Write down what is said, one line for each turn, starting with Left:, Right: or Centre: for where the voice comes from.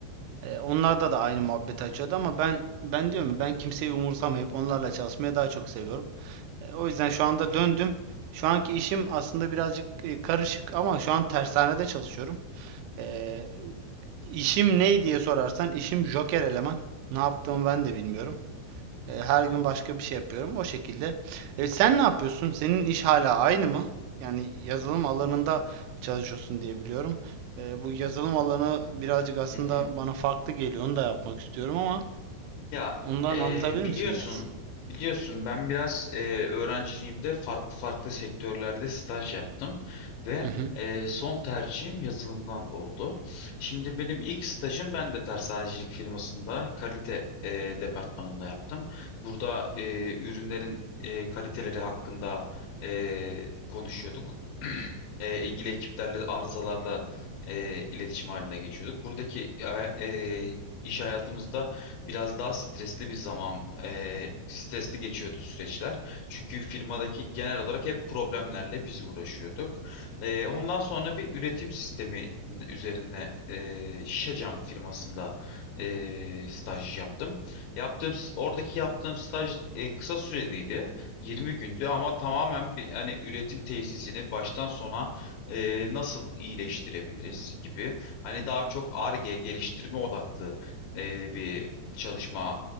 Right: E, onlarda da aynı muhabbeti açıyordu ama ben ben diyorum ya, ben kimseyi umursamayıp onlarla çalışmayı daha çok seviyorum. E, o yüzden şu anda döndüm. Şu anki işim aslında birazcık e, karışık ama şu an tersanede çalışıyorum. E, işim ne diye sorarsan işim joker eleman. Ne yaptığımı ben de bilmiyorum. E, her gün başka bir şey yapıyorum. O şekilde. E, sen ne yapıyorsun? Senin iş hala aynı mı? Yani yazılım alanında çalışıyorsun diye biliyorum. E, bu yazılım alanı birazcık aslında
Left: Hı hı.
Right: bana farklı geliyor. Onu da yapmak istiyorum ama
Left: Ya
Right: ondan
Left: e,
Right: anlatabilir
Left: biliyorsun
Right: misin biraz?
Left: biliyorsun ben biraz e, öğrenciliğimde farklı farklı sektörlerde staj yaptım ve
Right: Hı hı.
Left: e, son tercihim yazılımdan oldu. Şimdi benim ilk stajım ben de tersanecilik firmasında kalite e, departmanında yaptım. Burada e, ürünlerin e, kaliteleri hakkında e, konuşuyorduk. <clears throat> E, ilgili ekiplerle arızalarla e, iletişim haline geçiyorduk. Buradaki e, e, iş hayatımızda biraz daha stresli bir zaman, e, stresli geçiyordu süreçler. Çünkü firmadaki genel olarak hep problemlerle biz uğraşıyorduk. E, ondan sonra bir üretim sistemi üzerine e, Şişecam firmasında e, staj yaptım. Yaptığım oradaki yaptığım staj e, kısa süreliydi. 20 gündü ama tamamen bir hani üretim tesisini baştan sona e, nasıl iyileştirebiliriz gibi hani daha çok Ar-Ge geliştirme odaklı e, bir çalışma